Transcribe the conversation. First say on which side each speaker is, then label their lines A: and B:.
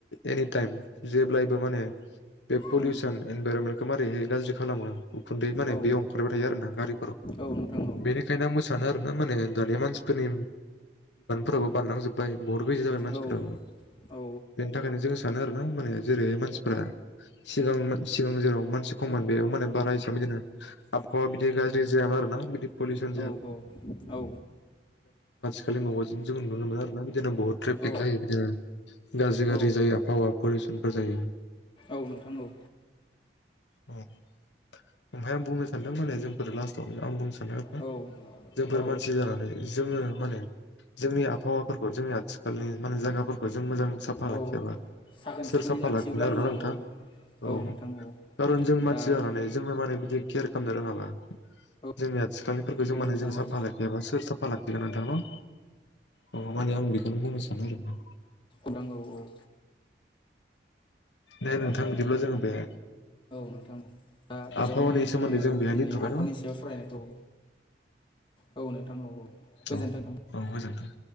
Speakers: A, on the left; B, on the left.
A: एनि टाइम जेब्लायबो माने बे पलिउसन
B: उम
A: एनभाइरनमेन्टखौ मारैहाय गाज्रि खालामो उखुन्दै माने
B: औ
A: बेयाव ओंखारबाय थायो आरो ना गारिफोराव
B: औ नोंथां औ
A: बेनिखायनो आं मोसानो आरो ना माने दानिया मानसिफोरनि <inaudible> बारलांजोबबाय बहुत गैजि जाबाय मानसिफोराबो
B: औ औ
A: बेनि थाखायनो जों सानो आरोना माने जेरैहाय मानसिफ्रा सिगांमोन सिगां जेराव मानसि खम बेयाव माने बारा हिसाबै बिदिनो आबहावा बिदि गाज्रि जायामोन आरोना बि पलिउसन
B: औ औ
A: <inaudible> जों नुनो मोन आरोना <unintelligible> बहुत ट्रेफिक
B: औ
A: जायो बिदिनो गाज्रि
B: औ
A: गाज्रि जायो आबहावा पलिउसनफोर जायो,
B: औ नोंथां औ
A: औ ओमफ्राय आं बुंनो सानदों माने जोंफोर लास्टआव आं बुंनो सानदों आरोना
B: औ
A: जोंफोर
B: औ
A: मानसि जानानै जोङो माने जोंनि आबहावाफोरखौ जोंनि आथिखालनि माने जायाफोरखौ खौ जों मोजां साफा लाखियाबा
B: औ साखोन
A: सोर
B: सिखोनै
A: साफा
B: लाखियोब्ला
A: लाखिगोन आरो
B: मोजां
A: ना नोंथां
B: औ
A: औ
B: नोंथां औ
A: खारन जों मानसि
B: दा
A: जानानै जोंनो माने बिदि केयार खालामनो रोङाबा
B: औ
A: जोंनि आथिख सथानिफोरखौ
B: औ
A: जों माने
B: नोंथां
A: जों साफा
B: औ
A: लाखिआबा सोर साफा लाखिगोन नोंथां न' अ माने आं बेखौनो बुंनो सानो आरो ना
B: नंगौ औ औ
A: दे नोंथां बिदिब्ला जोङो बे
B: औ नोंथां दा
A: आबहावानि
B: इसयावनो
A: सोमोन्दै
B: जोङो
A: जों बेहाय
B: जोंनि
A: दोनथ'बाय
B: आबहावानि
A: न'
B: सायाव सावरायनायखौ
A: <inaudible>
B: औ नोंथां औ गोजोन्थों
A: औ
B: नोंथां
A: औ मोजांथ'